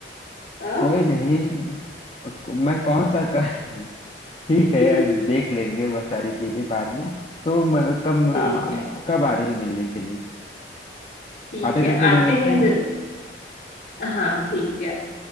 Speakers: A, on the left; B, on the left.
A: हाँ
B: कोई नहीं मैं कौन सा कर ठीक है
A: <laughs>
B: देख लेंगे वह सारी चीजें बाद में तो म- कब
A: ठीक
B: आ-
A: है
B: कब आ रही हो मिलने के लिए
A: ठीक
B: आधे
A: है
B: घंटे में
A: आते
B: मिलते
A: हैं
B: हैं
A: जब हाँ ठीक है